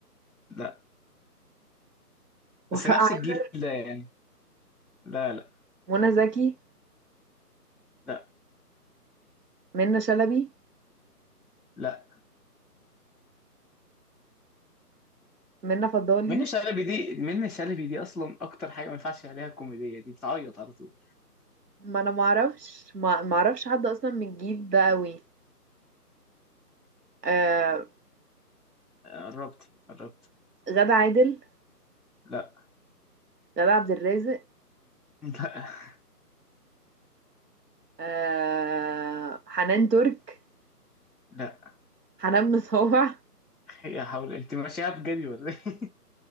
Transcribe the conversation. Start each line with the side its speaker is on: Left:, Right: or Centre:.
Centre: لا
Right: وفاء
Centre: بس نفس
Right: عامر
Centre: الجيل ده يعني لا لا
Right: منى زكي
Centre: لا
Right: منى شلبي
Centre: لا
Right: منى فضالي
Centre: منة شلبي دي منة شلبي دي اصلا اكتر حاجه ما ينفعش عليها الكوميديه دي بتعيط على طول
Right: ما انا معرفش ما ما اعرفش حد اصلا من الجيل ده قوي آه
Centre: آه، قربت قربت
Right: غادة عادل
Centre: لا
Right: غادة عبد الرازق
Centre: لا
Right: آه حنان ترك
Centre: لا
Right: حنان مطاوع
Centre: هي حاول انت ماشيها بجد ولا ايه <laughs>